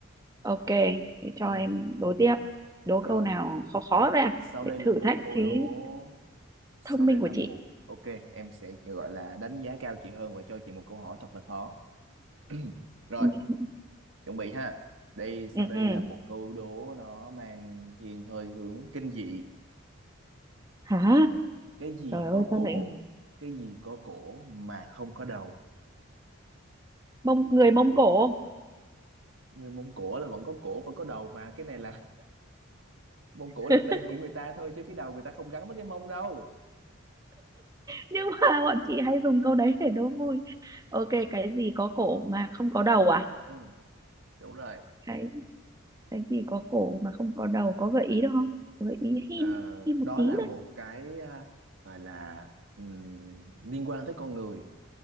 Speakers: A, on the right (about 15°); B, on the right (about 60°).
A: ok để cho
B: ừ,
A: em đố tiếp đố
B: rồi
A: câu nào khó khó ra
B: sau
A: để
B: đây là
A: thử
B: một
A: thách
B: câu
A: trí
B: đố sau
A: thông minh
B: đây
A: của
B: là một
A: chị
B: ok em sẽ chỉ gọi là đánh giá cao chị hơn và cho chị một câu hỏi thật là khó <clears throat> rồi
A: <laughs>
B: chuẩn bị ha đây sau
A: ừ.
B: đây
A: ừ.
B: là một câu đố nó mang thiên hơi hướng kinh dị
A: hả
B: cái gì
A: trời ơi
B: có
A: sao
B: cổ
A: lại
B: cái gì có cổ mà không có đầu
A: Mông
B: à,
A: người Mông Cổ
B: người Mông Cổ là vẫn có cổ và có đầu mà cái này là mông cổ là
A: <laughs>
B: tên của người ta thôi chứ cái đầu người ta không gắn với cái mông đâu
A: nhưng mà bọn chị hay dùng câu đấy để đố vui ok cái gì có cổ mà không có đầu à
B: ừ đúng rồi
A: cái cái gì có cổ mà không có đầu có gợi ý được không gợi ý hin
B: Ờ,
A: hin
B: đó
A: một tí
B: là
A: đấy
B: một cái à, gọi là ừm, liên quan tới con người